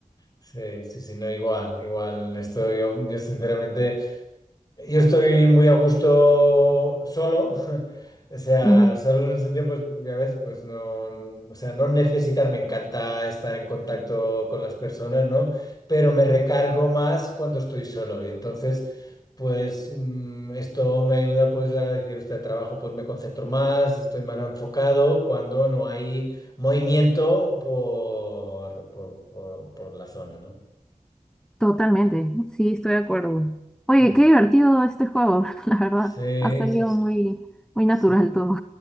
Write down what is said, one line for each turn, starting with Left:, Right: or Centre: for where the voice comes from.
Left: Sí, sí, sí, no, igual, igual, esto yo, yo sinceramente. Yo estoy muy a gusto solo, <laughs> o sea,
Centre: Ujú.
Left: solo en el sentido, pues, ya ves, pues no, o sea, no necesitar, me encanta estar en contacto con las personas, ¿no? Pero me recargo más cuando estoy solo y entonces, pues, mm, esto me ayuda, pues, a decir, este trabajo, pues, me concentro más, estoy más enfocado cuando no hay movimiento por, por, por, por la zona, ¿no?
Centre: Totalmente, sí, estoy de acuerdo. Oye,
Left: Sí,
Centre: qué divertido este juego, <laughs> la verdad.
Left: sí,
Centre: Ha salido
Left: sí,
Centre: muy, muy natural
Left: sí,
Centre: todo.